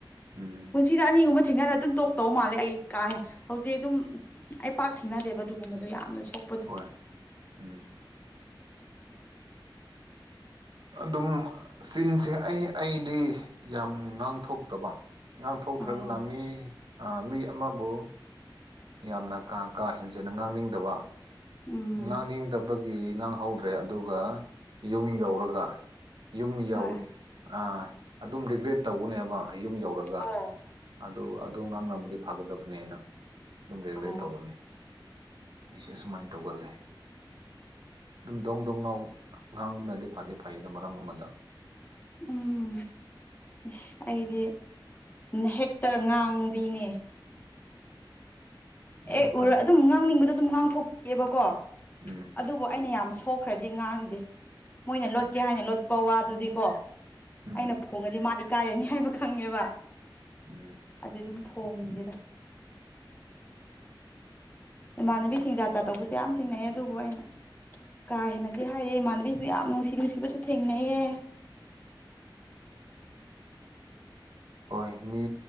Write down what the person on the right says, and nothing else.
ꯎꯝ
ꯍꯣꯏ ꯎꯝ ꯑꯗꯨꯝ ꯆꯤꯟꯁꯦ ꯑꯩ ꯑꯩꯗꯤ ꯌꯥꯝ ꯉꯥꯡꯊꯣꯛꯇꯕ ꯉꯥꯡꯊꯣꯛꯇ꯭ꯔꯒꯅ
ꯃꯤ ꯑꯥ ꯃꯤ ꯑꯃꯕꯨ ꯌꯥꯝꯅ ꯀꯥ ꯀꯥ ꯍꯦꯟꯖꯤꯟꯅ ꯉꯥꯡꯅꯤꯡꯗꯕ
ꯉꯥꯡꯅꯤꯡꯗꯕꯒꯤ ꯉꯥꯡꯍꯧꯗ꯭ꯔꯦ ꯑꯗꯨꯒ ꯌꯨꯝ ꯌꯧꯔꯒ ꯌꯨꯝ ꯌꯧ
ꯑꯥ ꯑꯗꯨꯝ ꯔꯤꯒ꯭ꯔꯦꯠ ꯇꯧꯒꯅꯦꯕ ꯌꯨꯝ ꯌꯧꯔ ꯑꯗꯨꯒ
ꯑꯗꯨ ꯑꯗꯨ ꯉꯥꯡꯔꯝꯕꯗꯤ ꯐꯒꯗꯕꯅꯦꯅ ꯑꯗꯨꯝ ꯔꯦꯒ꯭ꯔꯦꯠ
ꯇꯧꯕꯅꯦ ꯑꯩꯁꯦ ꯑꯁꯨꯃꯥꯏꯅ ꯇꯧꯒꯜꯂꯦ ꯑꯗꯨꯝ ꯗꯣꯡ ꯗꯣꯡ ꯅꯥꯥꯎ ꯉꯥꯡꯔꯗꯤ ꯐꯗꯤ ꯐꯩꯌꯦ ꯃꯔꯝ ꯑꯃꯗ
ꯑꯗꯨꯝ
ꯐꯩ
ꯎꯝ
ꯎꯝ
ꯎꯝ
ꯎꯝ
ꯍꯣꯏ ꯃꯤ